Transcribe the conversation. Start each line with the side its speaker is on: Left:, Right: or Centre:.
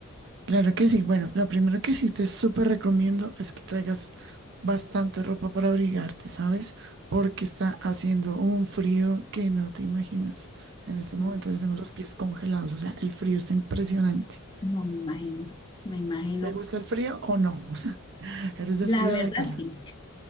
Right: Claro que sí. Bueno, lo primero que sí te súper recomiendo es que traigas bastante ropa para abrigarte, ¿sabes? Porque está haciendo un frío que no te imaginas. En
Left: Sí,
Right: este momento yo tengo los pies congelados, o sea, el frío está impresionante.
Left: No, me imagino, me imagino.
Right: ¿Te gusta el frío o no? <laughs> ¿Eres de
Left: La
Right: frío
Left: verdad,
Right: o de calor?
Left: sí.